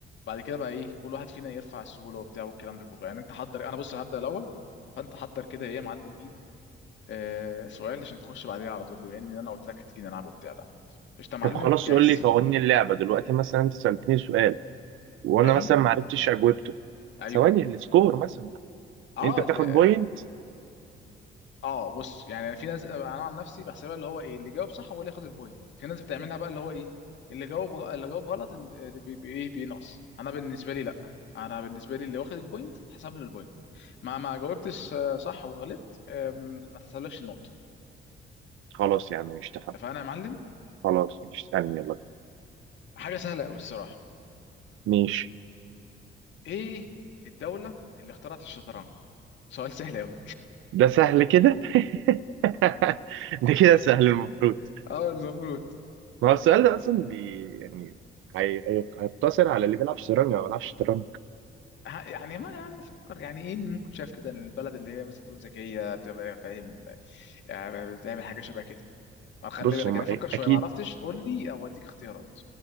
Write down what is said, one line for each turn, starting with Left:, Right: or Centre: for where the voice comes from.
Left: بعد كده بقى ايه كل واحد فينا يرفع السهوله وبتاع والكلام ده كله يعني انت حضر انا بص هبدا الاول فانت حضر كده ايه يا معلم ايه آه سؤال عشان تخش بعديها على طول بما ان انا قلت لك هتيجي نلعب وبتاع ده قشطه يا معلم
Right: طب خلاص
Left: جاهز
Right: قول لي قوانين اللعبة دلوقتي مثلا أنت سألتني سؤال وانا
Left: تاني
Right: مثلا ما عرفتش اجوبته
Left: ايوه
Right: ثواني السكور مثلا
Left: اه
Right: انت بتاخد
Left: اللي
Right: بوينت
Left: اه بص يعني أنا في ناس انا عن نفسي بحسبها اللي هو ايه اللي جاوب صح هو اللي ياخد البوينت في ناس بتعملها بقى اللي هو ايه اللي جاوب غ- اللي جاوب غلط إن- آه، بي- بي- ايه بينقص انا بالنسبه لي لا انا بالنسبه لي اللي واخد البوينت تحسب له البوينت ما ما جاوبتش آه، صح وغلطت آم، ما تحسبلكش النقطه
Right: خلاص يا عم مش تفهم
Left: اتفقنا يا معلم
Right: خلاص مش تسالني يلا
Left: حاجه سهله قوي الصراحه
Right: ماشي
Left: ايه الدوله اللي اخترعت الشطرنج سؤال سهل قوي
Right: ده سهل كده <laughs> ده كده سهل المفروض
Left: اه المفروض
Right: ما هو السؤال ده اصلا بي يعني هي- هي- هيقتصر على اللي بيلعب شطرنج او ما بيلعبش شطرنج
Left: يعني ما يا عم فكر يعني ايه اللي ممكن شايف كده إن البلد اللي هي مثلا تقول ذكيه بتبقى فاهم يعني بتعمل حاجه شبه كده ما خلي
Right: بص
Left: بالك
Right: هم
Left: انا
Right: أ-
Left: فكر شويه
Right: اكيد
Left: ما عرفتش قول لي او اديك اختيارات